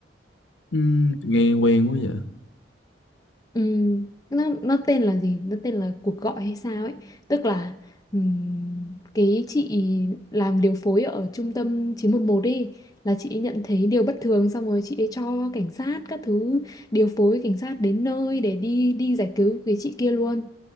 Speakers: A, on the left; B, on the left.
A: Ừm, nghe quen quá vậy
B: Ừm, nó nó tên là gì? Nó tên là cuộc gọi hay sao ấy? Tức là ừm, cái chị làm điều phối ở trung tâm 911 ấy là chị ấy nhận thấy điều bất thường xong rồi chị ấy cho cảnh sát các thứ điều phối cảnh sát đến nơi để đi đi giải cứu cái chị kia luôn.